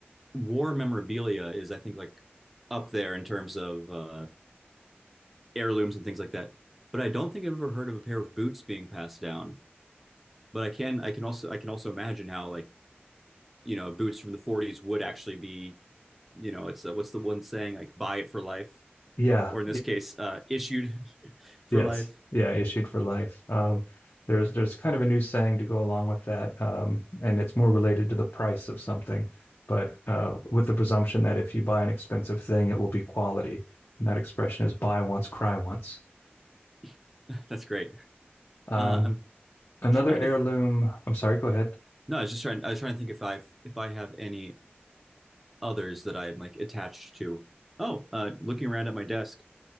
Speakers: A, in the centre; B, on the left.
A: war memorabilia is, I think, like up there in terms of uh, heirlooms and things like that. But I don't think I've ever heard of a pair of boots being passed down. But I can, I can also, I can also imagine how like you know boots from the 40s would actually be, you know, it's uh, what's the one saying like buy it for life,
B: yeah.
A: or in this case, uh, issued <laughs> for
B: Yes.
A: life.
B: Yeah, issued for life. Um, there's there's kind of a new saying to go along with that, um, and it's more related to the price of something, but uh, with the presumption that if you buy an expensive thing, it will be quality, and that expression is "buy once, cry once."
A: <laughs> That's great.
B: Um,
A: Uh, I'm
B: another
A: trying
B: heirloom.
A: to th
B: I'm sorry. Go ahead.
A: no, I was just trying I was trying to think if i if I have any others that I'm like attached to. Oh, uh, looking around at my desk,